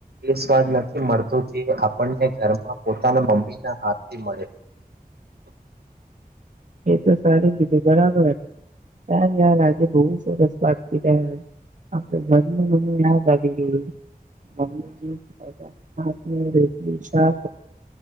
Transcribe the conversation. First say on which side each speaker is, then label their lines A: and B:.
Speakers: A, on the right (about 85°); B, on the right (about 50°).
A: એ સ્વાદ નથી મળતો જે આપણને ઘરમાં પોતાના મમ્મીના હાથથી મળે. <unintelligible> <inaudible>
B: એ તો સારું કીધું બરાબર. યાર યાર આજે બહુ સરસ વાત કરી રહ્યા છે. અપે ઘરની બહુ યાદ આવી ગઈ. મમ્મીની રોટલી શાક.